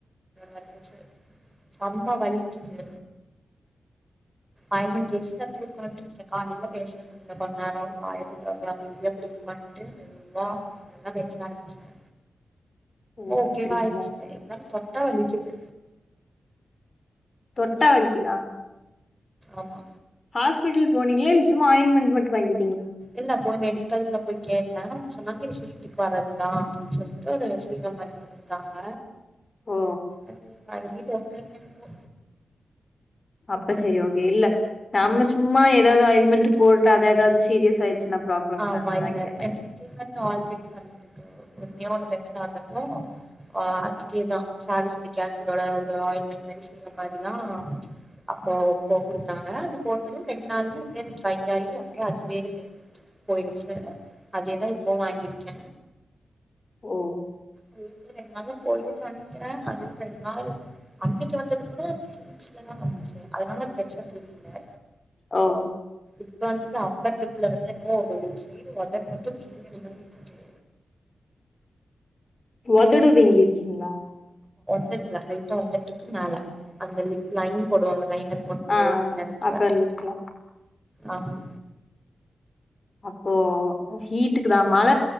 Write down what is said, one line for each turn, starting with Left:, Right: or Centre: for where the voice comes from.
Right: வந்துருச்சு செம்ம வலிக்குது ஆயில்மெண்ட் தேச்சிட்டு அப்படியே உட்கந்துட்டு இருக்கேன் காலில பேச முடியல கொஞ்ச நேரம் வாயவே தெறக்கல அமைதி அப்படியே உட்காந்துட்டு மெதுவா அப்பறந்தான் பேச ஆரம்பிச்சேன்
Left: ஓ
Right: ஓகே
Left: அப்டிங்களா
Right: வாயிடுச்சு இருந்தாலும் தான் வலிக்குது
Left: தொட்டா வலிக்குதா
Right: ஆமா
Left: ஹாஸ்பிட்டல் போனீங்களா இல்ல சும்மா ஆயில்மென்ட் மட்டும் வாங்கி
Right: இல்ல போய் மெடிக்கல்ல போய் கேட்டன் சொன்னாங்க ஹீட்டுக்கு வரதுதான் அப்படின்னு சொல்லிட்டு ஒரு சீரம் மாரி ஓன்னு குடுத்தாங்க
Left: ஓ
Right: அது வாங்கிடோம் கிடைக்கனுக்கோ
Left: அப்ப சரி ஓகே இல்ல நாம சும்மா ஏதாவது அயில்மெண்ட் போட்டு அத ஏதாவது சீரியஸ் ஆயிடுச்சுன்னா ப்ராப்ளம்
Right: ஆமா
Left: தான அதா
Right: இல்ல
Left: கேட்டே
Right: எனக்கு இதே மாரி ஆல்ரெடி வந். இருக்கு ஒண்ணே ஒண்ணு <unintelligible> வந்தப்போ ஆஹ இதேதா சாரு சொல்லி கேசிடோட ஒரு ஆயில் மென் மாரி சீறம் மாரிதா ம்ச் அப்போ போ குடுத்தாங்க அது போட்டது ரெண்டு நாள்ள அப்படியே அது ட்ரைஆகி அப்படியே அதுவே. போயிருச்சு. அதேதா இப்போம் வாங்கிருக்க.
Left: ஓ.
Right: அது ரெண்டு நாள்ள போயிருன்னு நெனைக்கிற அதனால ரெண்டு நாளு. அன்னிக்கு வந்தது கூட சீக்ஸ்லதா வந்துச்சு அதனால அது பெருசா தெரியல.
Left: ஓ.
Right: இப்ப வந்து அது அப்பர்லிப்ல வந்து. <unintelligible> செய்யிடு ஒதடு மட்டு. அப்ப நீங்க நல்ல இருக்க.
Left: ஒதடு வீங்கிருச்சிங்களா.
Right: டுதா லைட்டா ஒதட்டுக்கு மேல அந்த லிப். லைன் போடுவாங்க லைனர் போடுவாங்கல்ல
Left: ஆ
Right: அந்த எடத்துல.
Left: அப்பர் லிப்ல
Right: ஆமா.
Left: அப்போ ஹீட்டுக்குதா மழ